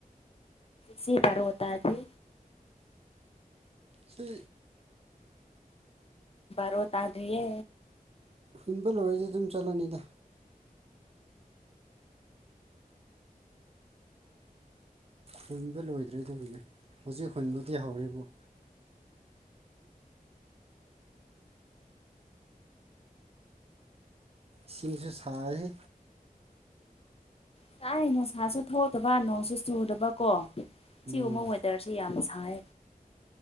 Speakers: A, on the left (about 40°); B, on the right (about 40°).
A: ꯁꯤ ꯄꯔꯣ ꯇꯗꯤ
B: ꯆ
A: ꯔꯣ ꯇꯥ ꯑꯗꯨꯌꯦ
B: ꯍꯨꯟꯕ ꯂꯣꯏꯣꯏꯗꯤ ꯑꯗꯨꯝ ꯆꯠꯂꯅꯤꯗ ꯍꯨꯟꯕ ꯂꯣꯏꯗ꯭ꯔꯦꯗꯒꯤꯅꯦ ꯍꯧꯖꯤꯛ ꯍꯨꯟꯕꯗꯤ ꯍꯧꯔꯦꯕꯨ ꯁꯤꯡꯁꯨ ꯁꯔꯤ
A: ꯉꯥꯁꯥꯏ ꯅꯨꯡꯁꯥꯁꯨ ꯊꯣꯛꯇꯕ ꯅꯣꯡꯁꯨ ꯆꯨꯗꯕꯀꯣ
B: ꯎꯝ
A: ꯁꯤꯒꯨꯝꯕ ꯋꯦꯗꯔꯁꯦ ꯌꯥꯝ ꯁꯥꯏ